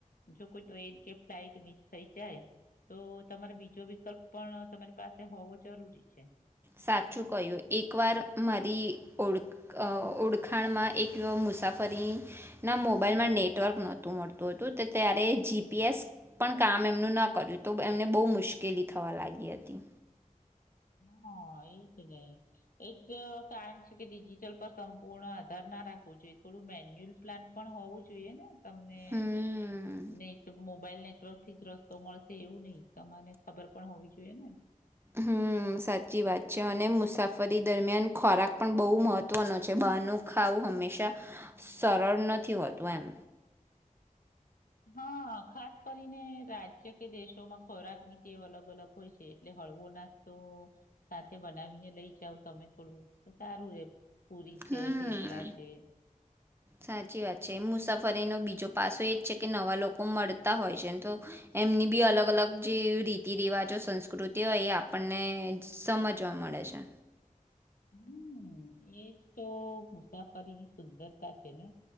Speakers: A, on the left (about 85°); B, on the right (about 15°).
A: જો કોઈ ટ્રેન કે ફ્લાઈટ મિસ થઈ જાય તો તમારે બીજો વિકલ્પ પણ તમારી પાસે હોવો જરૂરી છે
B: સાચું કહ્યું એક વાર મારી ઓ ઓળખાણમાં એક મુસાફરીના મોબાઈલમાં નેટવર્ક નહોતું મળતું હતું ત્યારે જીપીએસ પણ કામ એમનું ન કર્યું તો એમને બહુ મુશ્કેલી થવા લાગી હતી
A: હા એજ ને એજ કારણ છે કે ડિજિટલ પાસે સંપૂર્ણ આધાર ના રાખવો જોઈએ થોડું મેન્યુઅલ પ્લાન પણ હોવું જોઈએ ને તમને
B: હમ
A: નેટ મોબાઈલ નેટવર્કથી જ રસ્તો મળશે એવું નહી તમારે ખબર પણ હોવી જોઈએ ને
B: હમ સાચી વાત છે અને મુસાફરી દરમિયાન ખોરાક પણ બહુ મહત્વનો છે બહારનું ખાવું હંમેશા સરળ નથી હોતું એમ
A: હા ખાસ કરીને રાજ્ય કે દેશોમાં ખોરાક ની તેટેવ અલગ અલગ હોય છે એટલે હળવો નાસ્તો સાથે બનાવીને લઈ જાવ તમે થોડું સારું રે પુરી છે
B: હમ
A: થેપલા છે
B: સાચી વાત છે એ મુસાફરીનો બીજો પાસો એ જ છે કે નવા લોકો મળતા હોય છે તો એમની બી અલગ અલગ જે રીતિ રિવાજો સંસ્કૃતિઓ એ આપણને સમજવા મળે છે
A: હમ એ જ તો વ્યાપારી ની સુંદરતા છે ને